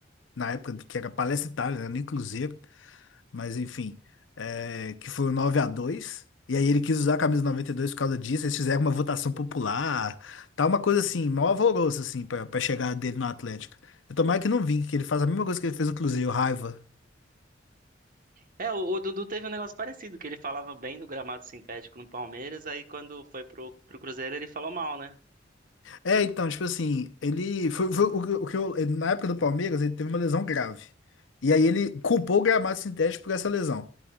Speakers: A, on the left; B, on the right.
A: na época que era Palestra Itália, né? Nem Cruzeiro. mas enfim, é, que foi o 9 a dois E aí ele quis usar a camisa 92 por causa disso, eles fizeram uma votação popular, tá uma coisa assim, mó alvoroço assim pra, pra chegar dele no Atlético. Eu tomara que não vi, que ele faça a mesma coisa que ele fez no Cruzeiro, raiva.
B: É, o, o Dudu teve um negócio parecido, que ele falava bem do gramado sintético no Palmeiras, aí quando foi pro, pro Cruzeiro ele falou mal, né?
A: É, então, tipo assim, ele foi, foi o, que o que eu, ele- na época do Palmeiras, ele teve uma lesão grave. E aí ele culpou o gramado sintético por essa lesão.